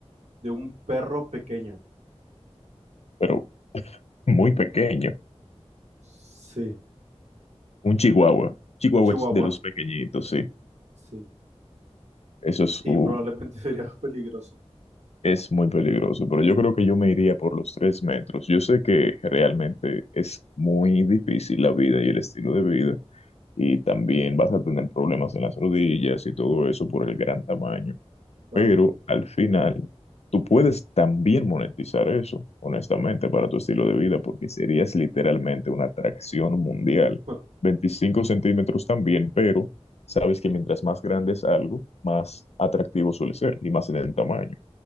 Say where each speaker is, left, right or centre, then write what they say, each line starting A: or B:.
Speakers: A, on the right; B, on the left.
A: de un perro pequeño.
B: pero <laughs> muy pequeño.
A: Sí,
B: Un chihuahua. Chihuahua
A: un chihuahua.
B: es de los pequeñitos, sí.
A: Sí,
B: Eso es,
A: sí,
B: un-
A: probablemente <laughs> sería peligroso.
B: es muy peligroso, pero yo creo que yo me iría por los tres metros. Yo sé que realmente es muy difícil la vida y el estilo de vida, y también vas a tener problemas en las rodillas y todo eso por el gran tamaño.
A: Claro.
B: Pero al final, tú puedes también monetizar eso, honestamente, para tu estilo de vida, porque serías literalmente una atracción mundial.
A: <laughs>
B: 25 centímetros también, pero sabes que mientras más grande es algo, más atractivo suele ser y más en el tamaño.